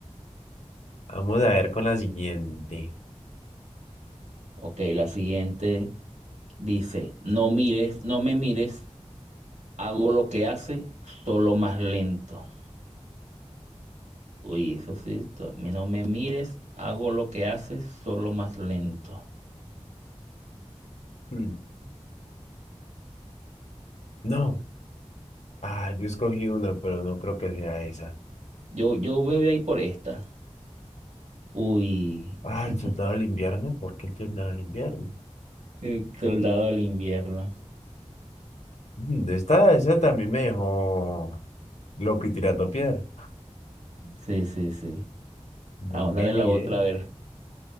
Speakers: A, on the left; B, on the right.
A: Vamos a ver con la siguiente.
B: Ok, la siguiente dice, no mires, no me mires, hago lo que hace, solo más lento. Uy, eso sí, esto- mi no me mires, hago lo que hace, solo más lento.
A: Hmm. No, ah, yo escogí una, pero no creo que sea esa.
B: Yo, yo voy a ir por esta. Uy,
A: Ah,
B: <laughs>
A: el soldado del invierno, ¿por qué el soldado del invierno?
B: el soldado del invierno.
A: Mm, esta, esa también me dejó loco y tirando piedra.
B: Sí, sí, sí. Vamos,
A: No
B: dale
A: me
B: la
A: mire,
B: otra a ver.